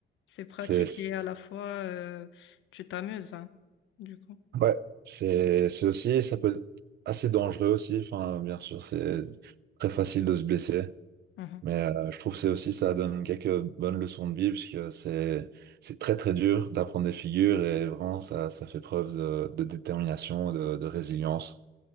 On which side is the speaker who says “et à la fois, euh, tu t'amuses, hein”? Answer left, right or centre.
Left